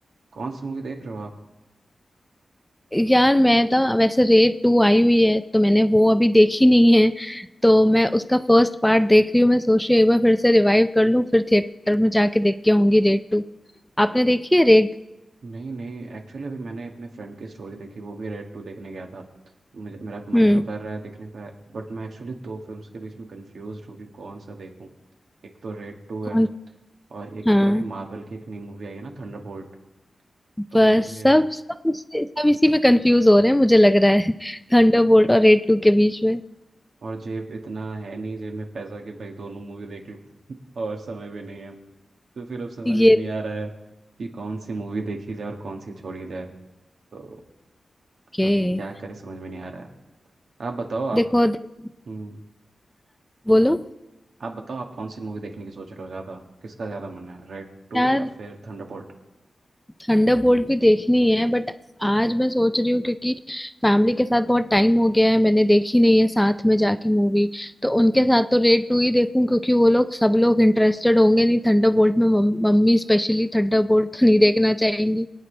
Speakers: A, on the right (about 75°); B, in the centre.
A: कौन सी मूवी देख रहे हो आप
B: यार मैं ना वैसे रेड टू आई हुई है तो मैंने वो अभी देखी नहीं है तो मैं उसका फर्स्ट पार्ट देख रही हूँ मैं सोच रही हूँ एक बार फिर से रिवाइव कर लूँ फिर थिएटर में जाके देख के आऊंगी रेड टू आपने देखी है रेड
A: नहीं नहीं एक्चुअली अभी मैंने अपने फ्रेंड की स्टोरी देखी वो भी रेड टू देखने गया था मुझे मेरा मन
B: हम्म
A: तो कर रहा है देखने का बट मैं एक्चुअली दो फिल्म्स के बीच में कंफ्यूज हूँ कि कौन सा देखूँ एक तो रेड टू
B: कौन
A: है और एक
B: हाँ
A: तो अभी मार्वल की एक नई मूवी आई है ना थंडरबोल्ट तो
B: बस
A: मुझे
B: सब सब इसी- सब इसी में कंफ्यूज हो रहे हैं मुझे लग रहा है <laughs> थंडरबोल्ट और रेड टू के बीच में
A: और जेब इतना है नहीं जेब में पैसा कि भाई दोनों मूवी देख लूं <laughs> और समय भी नहीं है तो फिर अब समझ
B: ये
A: में नहीं आ रहा है कि कौन सी मूवी देखी जाए और कौन सी छोड़ी जाए तो
B: के
A: अब क्या करें समझ में नहीं आ रहा है आप बताओ आप
B: देखो दे-
A: हम्म
B: बोलो
A: आप बताओ आप कौन सी मूवी देखने की सोच रहे हो ज़्यादा किसका ज़्यादा मन है रेड टू
B: यार
A: या फिर थंडरबोल्ट
B: थंडरबोल्ट भी देखनी है बट आज मैं सोच रही हूँ क्योंकि फैमिली के साथ बहुत टाइम हो गया है मैंने देखी नहीं है साथ में जाके मूवी तो उनके साथ तो रेड टू ही देखूं क्योंकि वो लोग सब लोग इंटरेस्टेड होंगे नहीं थंडरबोल्ट में मम- मम्मी स्पेशली थंडरबोल्ट तो नहीं देखना चाहेंगी